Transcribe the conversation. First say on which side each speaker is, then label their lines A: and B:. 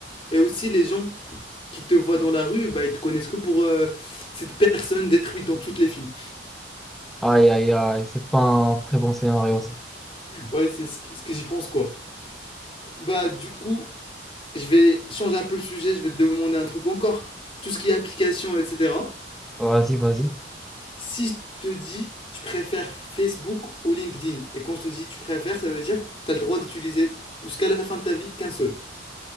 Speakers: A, on the left; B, in the centre.
A: et aussi, les gens qui te voient dans la rue, bah, ils te connaissent que pour euh, cette personne détruite dans tous les films.
B: Aïe, aïe, aïe, c'est pas un très bon scénario ça.
A: Ouais, c'est ce que, ce que j'y pense, quoi. Bah, du coup, je vais changer un peu le sujet, je vais te demander un truc encore. Tout ce qui est application, etc.
B: Vas-y, vas-y.
A: Si je te dis, tu préfères Facebook ou LinkedIn, et quand je te dis tu préfères, ça veut dire tu as le droit d'utiliser jusqu'à la fin de ta vie qu'un seul.